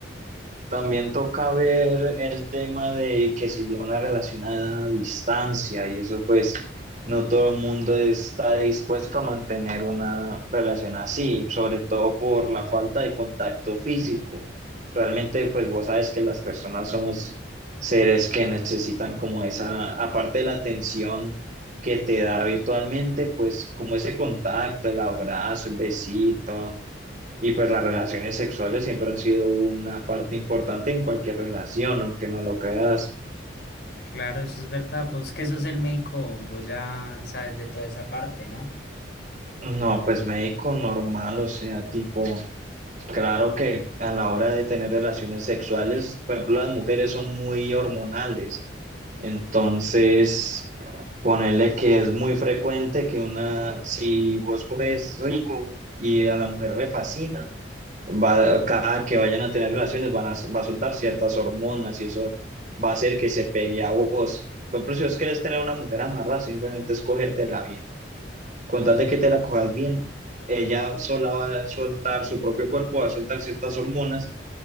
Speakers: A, on the right (about 40°); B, on the left (about 60°).
A: También toca ver el tema de que se lleva una relación a distancia y eso pues no todo el mundo está dispuesto a mantener una relación así, sobre todo por la falta de contacto físico. Realmente pues vos sabes que las personas somos seres que necesitan como esa, aparte de la atención que te da virtualmente, pues como ese contacto, el abrazo, el besito. Y pues las relaciones sexuales siempre han sido una parte importante en cualquier relación, aunque no lo creas.
B: Claro, eso es verdad. Vos que sos el médico, vos ya sabes de toda esa parte, ¿no?
A: No, pues médico normal, o sea, tipo, claro que a la hora de tener relaciones sexuales, por ejemplo, las mujeres son muy hormonales. Entonces, ponerle que es muy frecuente que una, si vos coges rico y a la mujer le fascina, va, cada que vayan a tener relaciones van a, va a soltar ciertas hormonas y eso va a hacer que se pegue a vos. Por ejemplo, si vos querés tener una mujer amarrada, simplemente es cogértela bien. Con tal de que te la cojas bien, ella sola va a soltar su propio cuerpo, va a soltar ciertas hormonas